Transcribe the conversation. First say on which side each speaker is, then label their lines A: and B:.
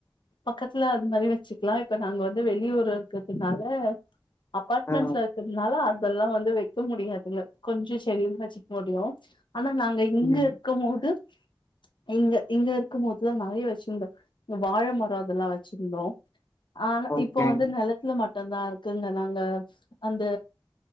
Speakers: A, on the left; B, on the left.
A: பக்கத்துல அது மாரி வச்சுக்கலா இப்ப நாங்க வந்து வெளியூர்ல இருக்கதுனால அப்பாட்மண்ட்
B: ஆ
A: சரகுள்னால அ இதல்லா வந்து வைக்க முடியாதுங்க கொஞ்சோ செடி வச்சுக்க முடியும் ஆனா நாங்க இங்க
B: ம்
A: க்கும்போது இங்க இங்க இருக்கும்போதுல்லா நெறைய வச்சிருந்தே வாழ மரோ அதல்லா வச்சுருந்தோ ஆனா
B: ஓகே
A: இப்போ வந்து நெலத்துல மட்டுந்தா இருக்குங்க நாங்க அந்த